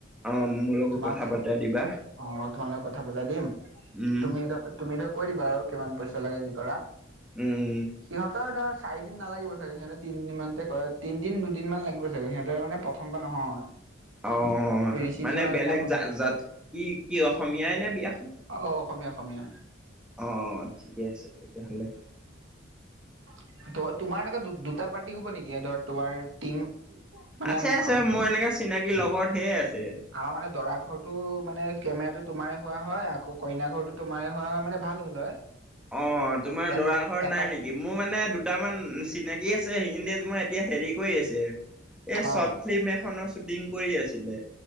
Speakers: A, in the centre; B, on the right (about 75°).
A: অ মোৰ লগত
B: তোমাক
A: কথা বাতৰা দিবা
B: অ তোমালোকে কথা পতা দিম
A: উম
B: তুমি ধৰ তুমি ধৰ কৈ দিবা আৰু কিমান পইচা লাগে যি কৰা
A: উম উম
B: সিহঁতৰ ধৰ চাৰি দিন নালাগিব চাগে সিহঁৰ তিনিমানতে তিনদিন দুদিনমান লাগিব চাগে সিহঁতৰ মানে প্ৰথম কম বা নহয়
A: অ
B: ৰিচিপচনৰ
A: মানে বেলেগ
B: দিনাখন
A: জ জাত কি কি অসমীয়াই নে বিয়াখন?
B: অ অ অসমীয়া অসমীয়া,
A: অহ ঠিকে আছে তেতিয়াহলে <inaudible>
B: ত তোমাৰ এনেককা দুটা পাৰ্টি হব নেকি হব তোমাৰ টিম মানে
A: আছে আছে
B: আমাৰ
A: মোৰ এনেকা চিনাকি লগৰ ঢেৰ আছে
B: মানে দৰা ঘৰটো মানে কেমেৰাটো তোমাৰে হোৱা হয় আকৌ কইনা ঘৰো তোমাৰ হোৱা হয় মানে ভাল হল হয়
A: অ তোমাৰ
B: এট
A: দৰা ঘৰত
B: এটা
A: নাই নেকি মোৰ মানে দুটামান চিনাকি আছে। মই এতিয়া হেৰি কৰি আছে এই শৰ্ট
B: অ
A: ফিল্ম এখনৰ শ্বুটিং কৰি আছিলে